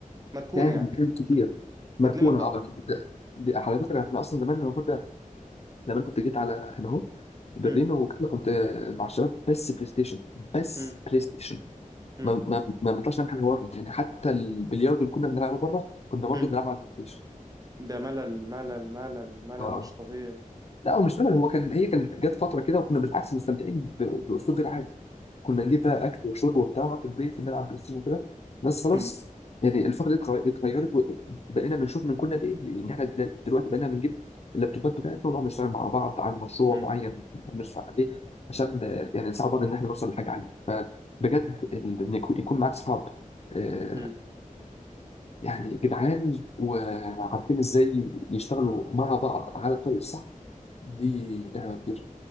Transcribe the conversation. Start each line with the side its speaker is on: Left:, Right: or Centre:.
Right: مركونة
Left: كان
Right: يعني
Left: وكان
Right: بت
Left: كتير
Right: بت
Left: مركونة
Right: بتلم التراب
Left: على طول ده دي على فكرة احنا أصلا زمان لما كنا لما أنا كنت جيت على هنا أهو برلين
Right: امم
Left: وكده كنت مع الشباب بس بلاي ستيشن بس
Right: امم
Left: بلاي ستيشن
Right: امم
Left: ما ما ما بنطلعش نعمل حاجة بره يعني حتى البلياردو اللي كنا بنلعبه بره كنا برضه
Right: امم
Left: بنلعبه على البلاي ستيشن
Right: ده ملل ملل ملل ملل
Left: آه،
Right: مش طبيعي
Left: لا هو مش رجل هو كان هي كانت جت فتره كده وكنا بالعكس مستمتعين ب- باسلوب غير عادي كنا نجيب بقى اكل وشرب وبتاع ونقعد في البيت ونلعب بلاي ستيشن كده بس خلاص
Right: امم
Left: يعني الفتره دي اتغ- اتغيرت وبقينا بنشوف من كنا لايه لان احنا دل- دلوقتي بقينا بنجيب اللابتوبات بتاعتنا ونقعد نشتغل مع بعض على مشروع
Right: امم
Left: معين بنحب نشتغل عليه عشان آه، يعني نساعد بعض ان احنا نوصل لحاجه عاليه فبجد ال- ان يكون يكون معاك صحاب آه،
Right: امم
Left: يعني جدعان وعارفين ازاي يشتغلوا مع بعض على الطريق الصح دي نعمة كبيرة